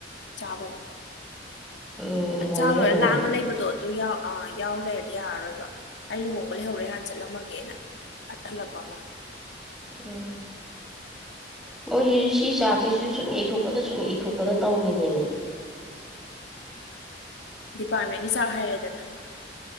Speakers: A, on the left; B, in the centre.
A: ꯆꯥꯕꯒ
B: ꯎꯝ ꯂꯨꯍꯣꯡꯕ
A: ꯆꯥ ꯂꯣꯏꯔ
B: ꯂꯩꯍꯧꯋꯦꯅ
A: ꯂꯥꯡꯉ ꯂꯩꯕꯗꯣ ꯑꯗꯨ ꯌꯥꯎ ꯑ ꯌꯥꯎ ꯂꯩꯔꯗꯤ ꯌꯥꯔꯔꯣꯏꯕ ꯑꯩ ꯂꯨꯍꯣꯡꯕ ꯂꯩꯍꯧꯔꯦ ꯍꯥꯟ ꯆꯠꯂꯝꯃꯒꯦꯅ ꯐꯠ ꯍꯜꯂꯛꯄꯃꯥ
B: ꯎꯝ ꯃꯣꯏꯁꯤ ꯁꯤ ꯆꯥꯛꯁꯤꯁꯨ ꯁꯨꯝ ꯌꯩꯊꯣꯛꯄꯗ ꯁꯨꯝ ꯌꯩꯊꯣꯛꯄꯗ ꯇꯧꯔꯤꯅꯦꯃꯤ
A: ꯗꯤꯄꯥꯔꯠꯃꯦꯟꯒꯤ ꯆꯥꯛ ꯍꯥꯏꯩꯔꯦꯗꯅ